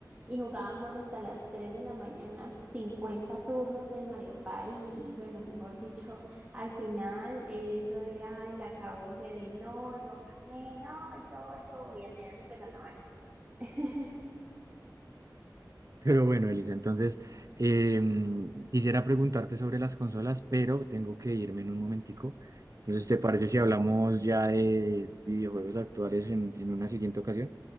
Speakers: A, on the right; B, on the right.
A: y jugábamos hasta las 3 de la mañana, 50 turnos del Mario Party y bueno, mejor dicho, <laughs> al final eh, eso era el acabose de no, yo gané, no, yo, yo y al final siempre ganaba yo. <laughs>
B: Pero bueno, Elisa, entonces em, quisiera preguntarte sobre las consolas, pero tengo que irme en un momentico. Entonces, ¿te parece si hablamos ya de videojuegos actuales en, en una siguiente ocasión?